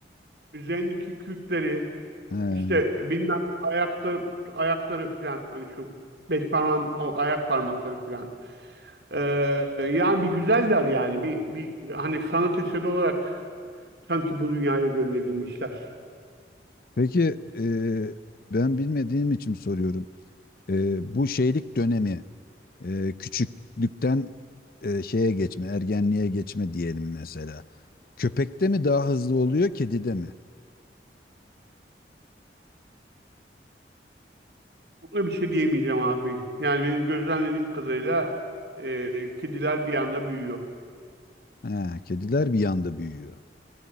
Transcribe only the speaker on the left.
Ha.
Peki e, ben bilmediğim için soruyorum. E, bu şeylik dönemi e, küçüklükten e, şeye geçme, ergenliğe geçme diyelim mesela. Köpekte mi daha
hızlı oluyor, kedide mi?
Ha, kediler bir yanda büyüyor.